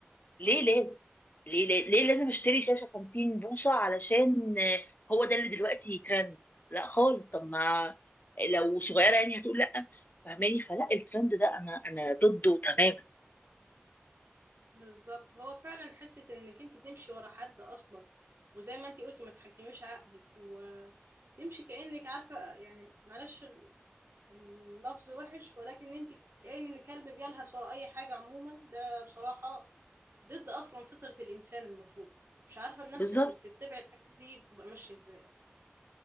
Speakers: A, on the left; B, on the right.
A: ليه لازم ليه ليه, ليه لازم اشتري شاشة 50 بوصة علشان آه، هو ده اللي دلوقتي ترند لا خالص طب ما لو صغيرة يعني هتقول لا فاهماني فلا الترند ده انا انا ضده تماما
B: بالظبط هو فعلا حتة انك انت تمشي ورا حد اصلا وزي ما انت قلتي ما تحكميش عقلك وتمشي كأنك عارفة يعني معلش ال- اللفظ وحش ولكن انت كأن كلب بيلهث ورا اي حاجة عموما ده بصراحة ضد اصلا فطرة الانسان المفروض مش عارفة الناس
A: بالظبط
B: اللي بتتبع الحاجات دي بتبقى ماشية ازاي اصلا